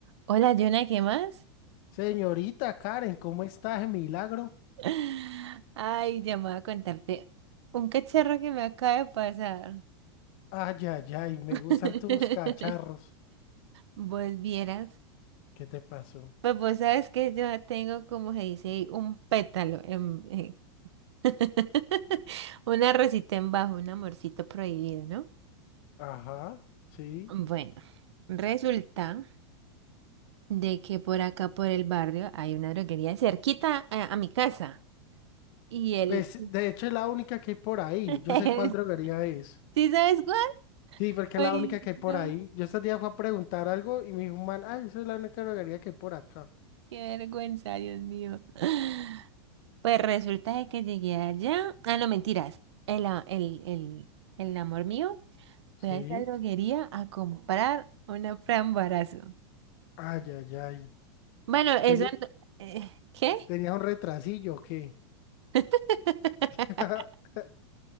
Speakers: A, on the right (about 80°); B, on the left (about 50°).
A: Hola, Jonah, ¿qué más?
B: Señorita Karen, ¿cómo estás? de Milagro.
A: <gasps> <laughs> Ay, ya me voy a contarte un cacharro que me acaba de pasar.
B: Ay, ay, ay, me
A: <laughs>
B: gustan tus cacharros.
A: Vos vieras.
B: ¿Qué te pasó?
A: Pues vos sabes que yo tengo, como se dice, un pétalo, en, eh, <laughs> una rosita en bajo, un amorcito prohibido, ¿no?
B: Ajá, sí.
A: Bueno, resulta de que por acá, por el barrio, hay una droguería cerquita a, a mi casa. Y él,
B: Pues, de hecho, es la única que hay por ahí.
A: <laughs>
B: Yo
A: Ujú.
B: sé cuál droguería es.
A: ¿sí sabes cuál?
B: Sí, porque
A: Ay,
B: es la única que hay por
A: no.
B: ahí. Yo estos días fui a preguntar algo y me dijo un man, ay, esa es la única droguería que hay por acá.
A: Qué vergüenza, Dios mío. <gasps> Pues resulta de que llegué allá. Ah, no, mentiras. El, a- el, el, el amor mío
B: Sí.
A: fue a esa droguería a comprar una frambarazo.
B: Ay, ay, ay.
A: Bueno, eso
B: Teni-
A: no- eh, ¿qué?
B: ¿Tenías un retrasillo o qué?
A: <laughs>
B: <laughs>